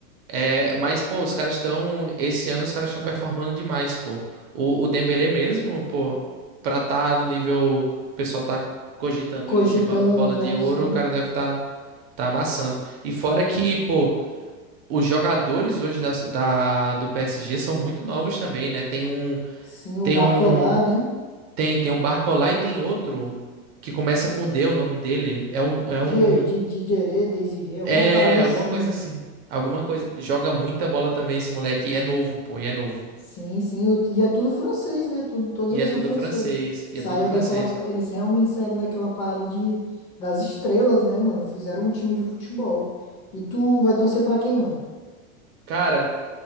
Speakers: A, on the right (about 45°); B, on the left (about 35°).
A: É, mas, pô, os caras estão. Esse ano os caras estão performando demais, pô. O, o Dembélé mesmo, pô, pra tá no nível. O pessoal tá cogitando
B: Cogitando,
A: ele ser bo- bola
B: né?
A: de ouro,
B: Sim.
A: o cara deve tá, tá amassando. E fora que, pô, os jogadores hoje da, da- do PSG são muito novos também, né? Tem um.
B: Sim, o
A: Tem
B: Barcola,
A: um.
B: né?
A: Tem, tem o Barcola e tem outro. Que começa com D, o nome dele. É um, é
B: Die-
A: um
B: Di- Dideré, Desiré, alguma
A: é,
B: parada
A: alguma
B: assim.
A: coisa assim. Alguma coisa. Joga muita bola também esse moleque. E é novo, pô, e é novo.
B: Sim, sim. o- E é tudo francês, né? Tudo, todos
A: E
B: eles
A: é
B: são
A: tudo
B: franceses.
A: francês.
B: Saiu
A: E é tudo francês.
B: daquela. Eles realmente saíram daquela parada de, das estrelas, né, mano? Fizeram um time de futebol. E tu vai torcer pra quem, mano?
A: Cara,